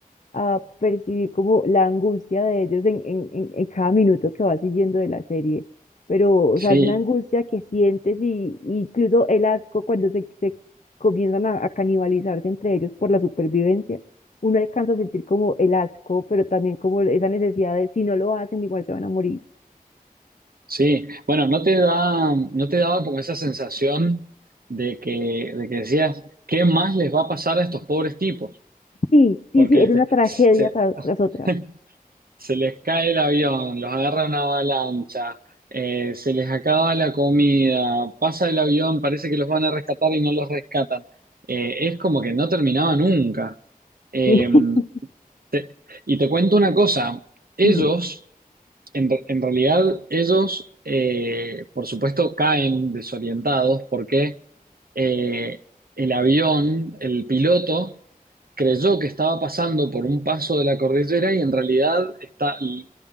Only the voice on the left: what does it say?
a percibir como la angustia de ellos en, en, en- en cada minuto que vas siguiendo de la serie. Pero, o sea,
es una angustia que sientes y, y incluso el asco cuando se, se comienzan a, a canibalizarse entre ellos por la supervivencia. Uno alcanza a sentir como el asco, pero también como esa necesidad de si no lo hacen, igual se van a morir.
Sí, sí,
sí, era
una tragedia
tra- tras, otra.
Sí,
<laughs> dime.